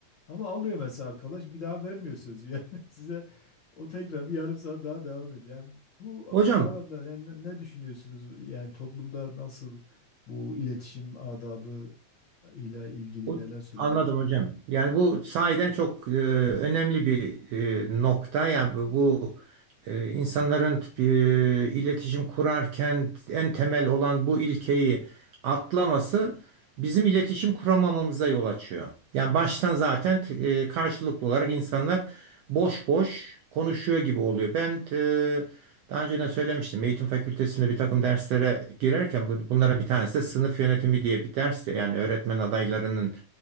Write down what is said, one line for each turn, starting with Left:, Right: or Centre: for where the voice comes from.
Left: Ama alıyor mesela arkadaş bir daha vermiyor sözü. <laughs> Yani size o tekrar bir yarım saat daha devam ediyor. Yani bu
Right: Hocam
Left: bağlamda yani ne ne düşünüyorsunuz? Yani toplumda nasıl bu iletişim adabı ile ilgili
Right: Bu-
Left: neler söylemek
Right: Anladım
Left: istersiniz?
Right: hocam. Yani bu sahiden çok e, önemli bir e, nokta. Yani bu, bu, e, insanların e, iletişim kurarken en temel olan bu ilkeyi atlaması bizim iletişim kuramamamıza yol açıyor. Yani baştan zaten e, karşılıklı olarak insanlar boş boş konuşuyor gibi oluyor. Ben e, daha önceden söylemiştim. Eğitim fakültesinde bir takım derslere girerken bu- bunların bir tanesi de sınıf yönetimi diye bir ders. Yani öğretmen adaylarının